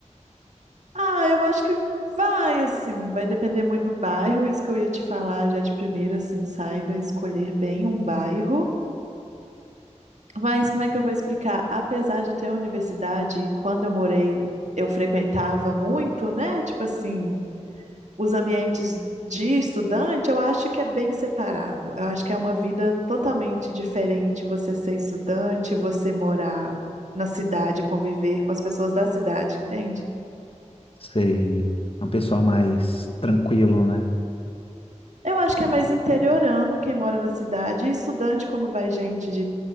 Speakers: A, on the right; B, on the left.
A: Ah, eu acho que vai, assim, vai depender muito do bairro, isso que eu ia te falar já de primeira, assim, saiba escolher bem um bairro. Mas como é que eu vou explicar? Apesar de ter universidade, quando eu morei, eu frequentava muito, né? Tipo assim, os ambientes de estudante, eu acho que é bem separado. Eu acho que é uma vida totalmente diferente você ser estudante, você morar na cidade, conviver com as pessoas da cidade, entende?
B: Sei, é um pessoal mais tranquilo, né?
A: Eu acho que é mais interiorano quem mora na cidade. E estudante, como vai gente de